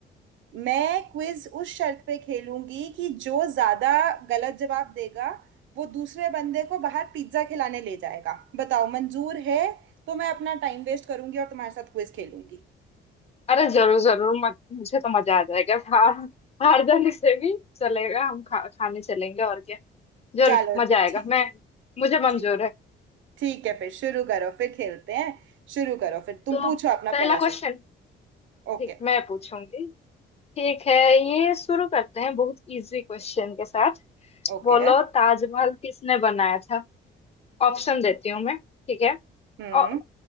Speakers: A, on the right; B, on the left.
A: मैं क्विज उस शर्त पे खेलूंगी कि जो ज्यादा गलत जवाब देगा वो दूसरे बंदे को बाहर पिज्जा खिलाने ले जाएगा बताओ मंजूर है तो मैं अपना टाइम वेस्ट करूंगी और तुम्हारे साथ क्विज खेलूंगी
B: अरे जरूर जरूर मत, मुझे तो मजा आ जाएगा हार हार जाने से भी चलेगा हम खा, खाने चलेंगे और क्या जरूर
A: चलो
B: मजा आएगा
A: ठीक
B: मैं
A: है
B: मुझे मंजूर
A: ठीक है
B: है
A: ठीक है फिर शुरू करो फिर खेलते हैं शुरू करो फिर तुम
B: तो
A: पूछो
B: अब
A: अपना
B: पहला
A: पहला
B: क्वेश्चन
A: सवाल ओके
B: ठीक मैं पूछूंगी ठीक है ये शुरू करते हैं बहुत इजी क्वेश्चन के साथ
A: ओके
B: बोलो ताजमहल किसने बनाया था ऑप्शन देती हूँ मैं ठीक है
A: हम्म
B: और